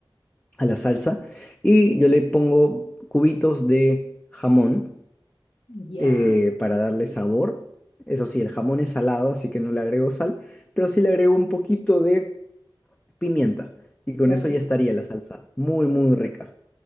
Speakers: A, on the left; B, on the left.
A: a la salsa y yo le pongo cubitos de jamón
B: Ya,
A: eh, para darle sabor. Eso sí, el jamón es salado, así que no le agrego sal, pero sí le agrego un poquito de pimienta y con
B: qué
A: eso
B: rico.
A: ya estaría la salsa. Muy, muy rica.